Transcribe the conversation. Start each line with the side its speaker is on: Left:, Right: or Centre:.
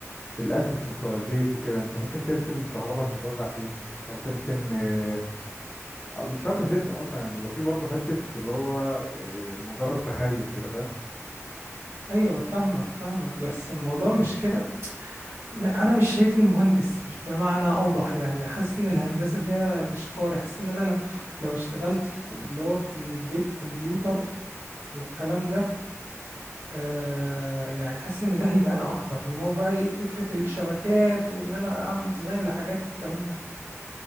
Left: الاسيتس بتوع البيت وكده انت ممكن ترسم الكهرباء هتتوزع فين او ترسم آه، أو مش شرط ترسم اصلا يعني بيبقى فيه برضو حتة اللي هو آه، مجرد تخيل كده فاهم
Right: ايوه فاهمك فاهمك بس الموضوع مش كده م- انا مش شايفني مهندس مش بمعنى اوضح يعني حاسس ان الهندسه ده مش كاري حاسس ان انا لو لو اشتغلت في اللي هو من البيت كمبيوتر والكلام ده آه يعني حاسس ان ده هيبقى انا اكتر اللي هو بقى ايه فكره الشبكات وان انا اعمل ديزاين لحاجات والكلام ده